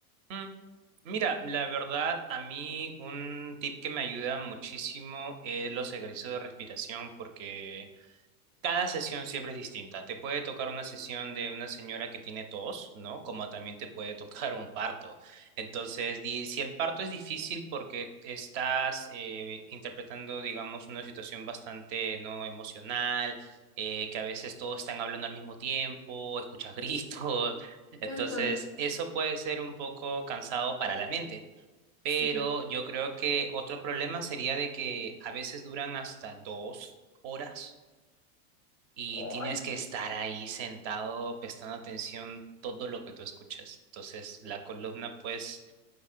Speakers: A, on the right; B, on the left.
A: ay. Mira, la verdad, a mí un tip que me ayuda muchísimo es los ejercicios de respiración, porque cada sesión siempre es distinta. Te puede tocar una sesión de una señora que tiene tos, ¿no? Como también te puede tocar un parto. Entonces, di- si el parto es difícil porque estás eh, interpretando, digamos, una situación bastante no emocional, eh, que a veces todos están hablando al mismo tiempo, escuchas gritos. <laughs> Entonces,
B: Ajá,
A: eso puede ser un poco cansado para la mente. Pero
B: sí, claro.
A: yo creo que otro problema sería de que a veces duran hasta dos horas y
B: Ay,
A: tienes que estar ahí sentado prestando atención todo lo que tú escuchas. Entonces la columna pues